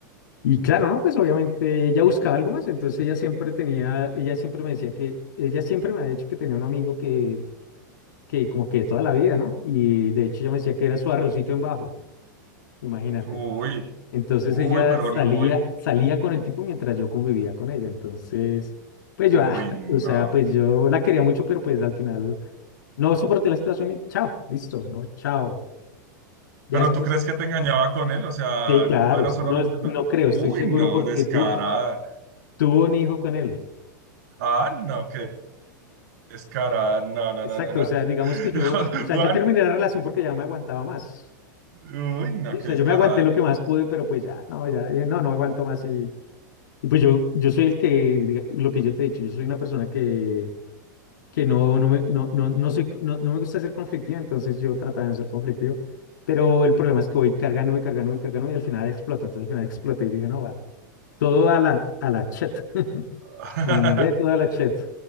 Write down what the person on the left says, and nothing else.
Y claro, no, pues obviamente ella buscaba algo más, entonces ella siempre tenía, ella siempre me decía que, ella siempre me ha dicho que tenía un amigo que que como que toda la vida, ¿no? Y de hecho ella me decía que era su arrocito en bajo, imagínate.
Entonces
ella
salía,
salía con el tipo mientras yo convivía con ella. Entonces, pues
yo, ah,
o sea, pues yo la quería mucho, pero pues al final no soporté la situación y chao, listo, no, chao. Ya
después,
sí, claro,
no,
no creo,
estoy seguro
porque
tú tuvo un hijo con él.
Exacto,
o sea, digamos
que yo, o sea,
yo terminé la relación porque ya no me aguantaba más.
Sí, O
sea,
yo me aguanté lo que más pude, pero pues ya, no, ya, eh, no, no aguanto más y Pues yo, yo soy el que, diga- lo que yo te he dicho, yo soy una persona que, que no, no me, no, no, no soy, no, no me gusta ser conflictiva, entonces yo trataba de no ser conflictivo, pero el problema es que voy cargándome, cargándome, cargándome y al final exploto, entonces al final exploté y dije, no, va, todo a la, a la chat, <laughs>
mandé todo a la chat.